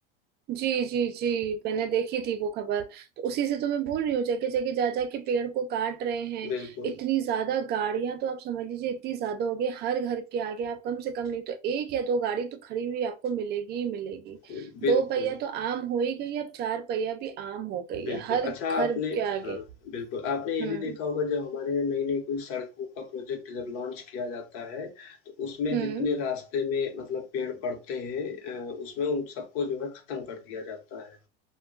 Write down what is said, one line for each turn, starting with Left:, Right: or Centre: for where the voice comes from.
Right: जी जी जी मैंने देखी थी वो खबर तो उसी से तो मैं बोल रही हूँ जगह जगह जा जा के पेड़ को काट रहे हैं
Left: बिल्कुल,
Right: इतनी ज्यादा गाड़ियां तो आप समझ लीजिए इतनी ज्यादा हो गई हर घर के आगे आप कम से कम नहीं तो एक या दो गाड़ी तो खड़ी हुई आपको मिलेगी ही मिलेगी
Left: बिल्कुल, बिल्कुल,
Right: दो पहिया तो आम हो ही गई अब चार पहिया भी आम हो गई
Left: बिल्कुल।
Right: है हर
Left: अच्छा
Right: घर
Left: आपने
Right: के आगे
Left: हाँ, बिल्कुल आपने ये
Right: हम्म
Left: भी देखा होगा जब हमारे यहाँ नई-नई कोई सड़कों का प्रोजेक्ट जब लॉन्च किया जाता है, तो उसमें
Right: हम्म
Left: जितने रास्ते में मतलब पेड़ पड़ते हैं अ, उसमें उन सबको जो है ख़त्म कर दिया जाता है।